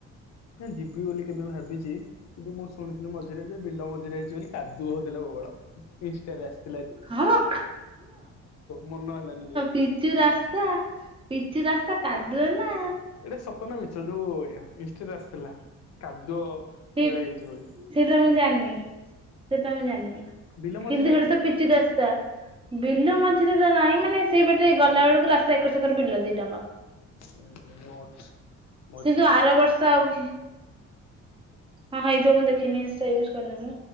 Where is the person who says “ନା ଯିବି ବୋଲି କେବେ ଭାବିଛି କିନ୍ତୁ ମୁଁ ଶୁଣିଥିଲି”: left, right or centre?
Left